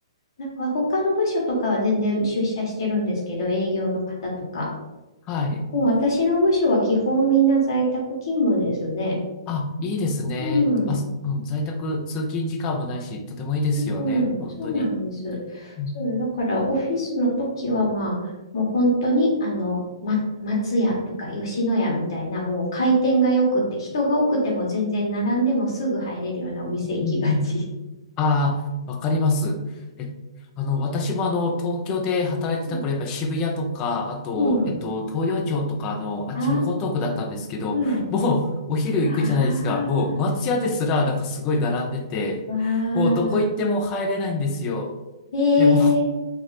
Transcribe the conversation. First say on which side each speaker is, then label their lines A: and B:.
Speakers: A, on the left; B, on the left.
A: なんか他の部署とかは全然出社してるんですけど、営業の方とか。
B: はい。
A: もう私の部署は基本みんな在宅勤務ですね。
B: あ、いいですね。
A: ううん。
B: あ、
A: ん。
B: そうん、在宅通勤時間もないし、とてもいいですよね。
A: うん。
B: 本当に。
A: そうなんです。
B: うん
A: そう、だからオフィスの時はまあ、もう本当にあの、ま、松屋とか吉野家みたいなもう回転が良くて、人が多くても全然並んでもすぐ入れるようなお店行きがち。
B: うんうんああ、わかります。え、あの、私もあの、東京で働いてた頃、
A: うん。
B: やっぱり渋谷とか、あと、
A: うん
B: えっと、東洋町とか、あの、あっちの江東区だったんですけど、
A: ああ、はい。
B: もう、お昼行くじゃないですか、
A: あ
B: もう、松屋ですら、なんかすごい並んでて、
A: あ、わあ。
B: もう、どこ行っても入れないんですよ。
A: ええ
B: でも、